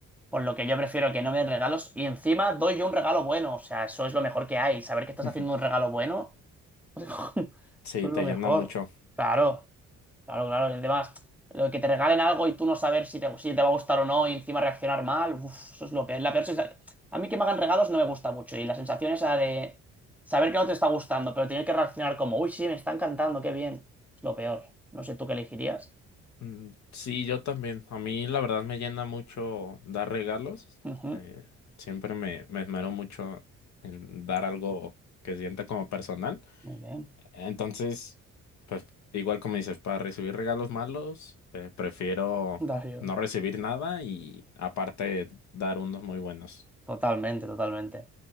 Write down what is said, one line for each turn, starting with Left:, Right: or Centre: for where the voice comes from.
Centre: Por lo que yo prefiero que no me den regalos y encima doy yo un regalo bueno. O sea, eso es lo mejor que hay. Saber que estás
Left: <laughs>
Centre: haciendo un regalo bueno, <laughs> eso
Left: sí,
Centre: es
Left: te
Centre: lo mejor.
Left: llena mucho.
Centre: Claro, claro, claro. Y además, lo que te regalen algo y tú no saber si te, si te va a gustar o no y encima reaccionar mal, uf, eso es lo peor. La peor sensa- A mí que me hagan regalos no me gusta mucho y la sensación esa de saber que no te está gustando, pero tener que reaccionar como, uy, sí, me está encantando, qué bien. Es lo peor. No sé tú qué elegirías.
Left: Mm, Sí, yo también. A mí la verdad me llena mucho dar regalos.
Centre: Ujú,
Left: Eh, siempre me, me esmero mucho en dar algo que sienta como personal.
Centre: Muy bien.
Left: Entonces, pues igual como dices, para recibir regalos malos, eh, prefiero
Centre: Darío.
Left: no recibir nada y aparte dar unos muy buenos.
Centre: Totalmente, totalmente.